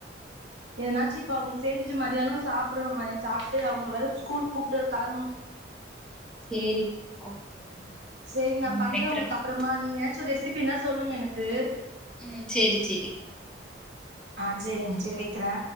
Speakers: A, on the right; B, in the centre.
A: எனாச்சு இப்ப அவங்க சேஞ்சுட்டு மதியான சாப்படணு மத்தியான சாப்ட்டு அவங்கல வேற ஸ்கூல் கூப்ட்டு கெளம்பணு
B: சேரி ஓகே ஓகே
A: சரி நா
B: ம்
A: பண்றே
B: வெக்கிறப்பா
A: உங்களுக்கு அப்பறமா நீங்க சு ரெசிபினா சொல்லுங்க எனக்கு
B: ம் சரி சரி
A: ஆ சரிங்க சரி வைக்கிறே